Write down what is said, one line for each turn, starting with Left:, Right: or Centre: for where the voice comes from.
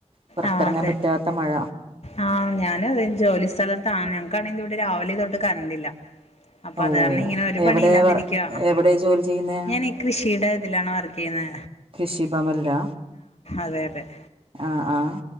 Right: പൊറത്തെറങ്ങാൻ
Left: ആഹ് അതെ
Right: പറ്റാത്ത മഴ.
Left: ആഹ് ഞാനു അതെ ജോലി സ്ഥലത്താണ് ഞങ്ങക്കാണെങ്കി ഇവടെ രാവിലെ തൊട്ട് കരണ്ടില്ല. അപ്പൊ
Right: ഓ
Left: അത് കാരണം ഇങ്ങനെ ഒരു പണി
Right: എവിടെ
Left: ഇല്ലാതിരിക്കാ
Right: വർ എവിടെ ജോലി ചെയ്യുന്നേ
Left: ഞാനെ. കൃഷിയുടെ ഇതിലാണ് വർക്കെയ്യുന്നെ.
Right: കൃഷിഭവൻലാ
Left: അതെ അതെ
Right: ആഹ് ആഹ്.